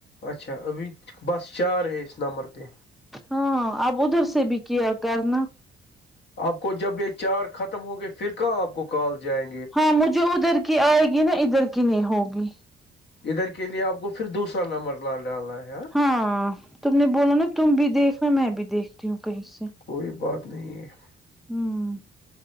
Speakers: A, on the left; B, in the centre.
A: اچھا ابھی بس چار ہے اس نمبر پہ
B: ہاں اب ادھر سے بھی کیا کرنا
A: آپ کو جب یہ چار ختم ہو گئے پھر کہ آپ کو کال جائے
B: ہاں مجھے ادھر کی آئے گی نا ادھر کی نہیں ہوگی
A: ادھر کے لیے آپ کو پھر دوسرا نمبر لا ڈالا ہے یار
B: ہاں تم نے بولا نا تم بھی دیکھو میں بھی دیکھتی ہوں کہیں سے
A: کوئی بات نہیں ہے <unintelligible>
B: ھمم